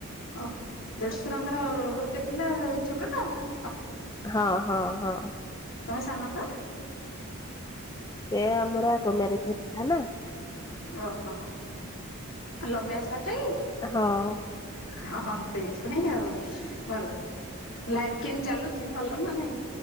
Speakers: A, on the left; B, on the left.
A: ଓହୋ ଦେଢଶୁରଙ୍କର ଗୋଟେ ପିଲା ଛୋଟଟା ହାଁ।
B: ହଁ ହଁ ହଁ।
A: ତମେ ସାନପରା।
B: ସେ ଆମର ଆଗ ମ୍ୟାରେଜ ହେଇଥିଲା ନା।
A: ଓହୋ ଲଭ ମ୍ୟାରେଜ କରିଛ କି?
B: ହଁ।
A: ହଁ ସେଇଥିପାଇଁ ଆଉ ଭଲ। ଲାଇଫ କେମତି ଚାଲୁଛି ଭଲ ନା ନାଇଁ?